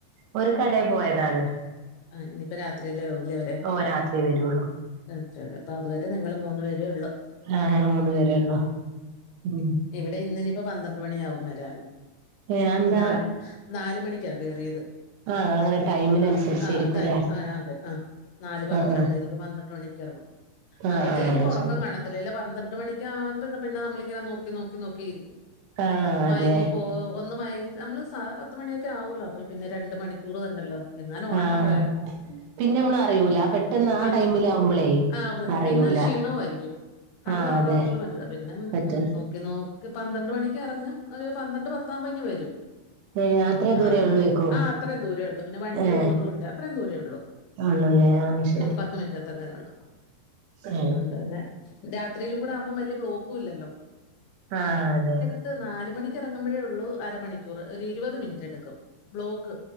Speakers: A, on the right (about 80°); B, on the left (about 80°).
A: ഓര് കടേൽ പോയതാണ്.
B: ആ ഇഞ്ഞിപ്പോ രാത്രിയല്ലേ <unintelligible> വരെ.
A: ഓ രാത്രി വരുള്ളൂ
B: രാത്രിയാണ്. അപ്പ അതുവരെ നിങ്ങള് മൂന്നു പേരേ ഉള്ളു.
A: ആഹ മൂന്ന് പേരെ ഉള്ളൂ. ഉം.
B: ഇന്നിനി പ്പ പന്ത്രണ്ട് മണിയാവും വരാൻ.
A: എന്താ
B: നാല് നാല് മണിക്കാ കേറിയത്.
A: ആഹ് അങ്ങനെ ടൈമിനനുസരിച്ചായിരിക്കും
B: ആഹ് ആഹ് ടൈം
A: അല്ലെ
B: ആഹ് അതെ അ. നാല് പന്ത്രണ്ടിന്.
A: ആഹ്
B: ഒരു പന്ത്രണ്ട് മണിക്ക് ഇറങ്ങും.
A: ആഹ്
B: അപ്പോഴത്തേന്
A: ആഹ്
B: ഇനിപ്പൊറക്കം
A: ആഹ് ശരി
B: കാണ ത്തില്ല. പന്ത്രണ്ട് മണിക്കാ പിന്നെ നമ്മളിങ്ങനെ നോക്കി നോക്കി നോക്കിയിരിക്കും.
A: ആഹ്
B: മയങ്ങി
A: അതെ
B: പോ ഒന്ന് മയങ്ങി. നമ്മള് സാധാ പത്ത് മണിയൊക്കെ ആവോല്ലോ. അപ്പൊ പിന്നെ രണ്ട്‌ മണിക്കൂറ് തന്നെല്ലോ. എങ്ങാനും ഉറങ്ങിപ്പോയാലോ.
A: ആഹ് പിന്നെ നമ്മൾ അറിയൂല
B: ഉം
A: പെട്ടെന്ന് ആ
B: അറി
A: ടൈമിലാവുമ്പളേ
B: ആഹ് പിന്ന.
A: അറിയൂല
B: പിന്നെ ക്ഷീണവും ആയിരിക്കും. കണ്ണു
A: ആഹ്
B: തുറക്കാൻ
A: അതെ
B: പോലും പറ്റില്ല. പിന്നെ അങ്ങ്
A: പറ്റ
B: നോ നോക്കി പന്ത്രണ്ട് മണിക്ക് ഇറങ്ങ്യ, ഒരു പന്ത്രണ്ട് പത്താവുമ്പ ഇങ്ങ് വരും.
A: ഏ അത്രേ
B: ആ പിന്നെ
A: ദൂരേ
B: വന്ന്
A: ഉള്ളൂക്കോ
B: ആഹ് അത്രയും ദൂരേ ഉള്ളു. പിന്നെ വണ്ടി
A: ഏ
B: ഉള്ളതോണ്ട് അത്രേയും ദൂരേ ഉള്ളു.
A: ഉള്ളൂല്ലേ ആ ശരി
B: ഉം പത്ത് മിനിറ്റ് ത്ത ക എടുക്കും.
A: ഏഹ്
B: അതോണ്ടന്നെ. രാത്രിയിലും കൂടെ ആവുമ്പോം വലിയ ബ്ലോക്കും ഇല്ലല്ലോ.
A: ആഹ് അതെ.
B: ത്ത് നാലുമണി ഇറങ്ങുമ്പഴേ ഉള്ളൂ അരമണിക്കൂറ്, ഒരു ഇരുപത് മിനിറ്റ് എടുക്കും ബ്ലോക്ക്.